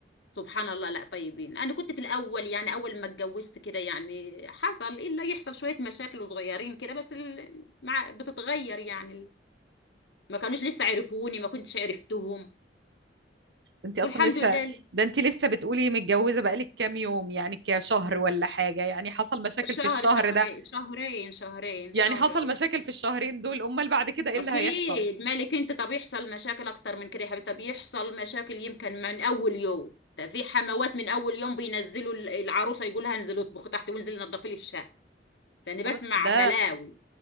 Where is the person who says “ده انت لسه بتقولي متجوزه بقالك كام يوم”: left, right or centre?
Right